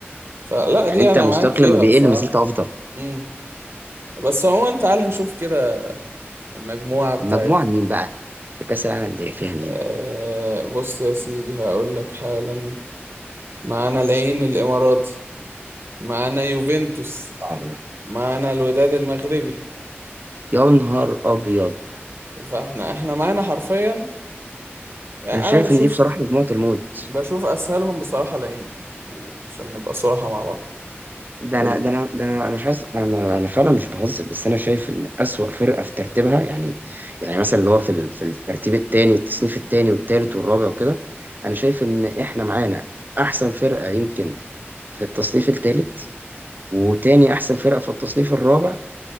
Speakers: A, on the right; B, on the right.
A: فلا
B: يعني
A: دي
B: انت
A: انا
B: مستواك
A: معاك فيها
B: لما بيقل
A: بصراحه
B: ما زلت افضل
A: مم. بس عموما تعال نشوف كده المجموعه بتاعت
B: المجموعه مين بقى في كاس العالم الانديه فيها مين
A: أه بص يا سيدي هقول لك حالا معانا العين الاماراتي معانا يوفنتوس
B: صعب
A: معانا الوداد المغربي
B: يا نهار ابيض يا نهار ابيض
A: فاحنا احنا معانا حرفيا يعني
B: انا شايف
A: انا بشوف
B: ان دي بصراحه مجموعه الموت
A: بشوف اسهلهم بصراحه العين يعني عشان نبقى صراحه مع بعض
B: ده
A: ال-
B: انا ده انا ده انا انا مش عايز انا انا فعلا مش بهزر بس انا شايف ان اسوأ فرقه في ترتيبها يعني يعني مثلا اللي هو في ال- في الترتيب الثاني التصنيف الثاني والثالث والرابع وكده انا شايف ان احنا معانا احسن فرقه يمكن في التصنيف الثالث وتاني احسن فرقه في التصنيف الرابع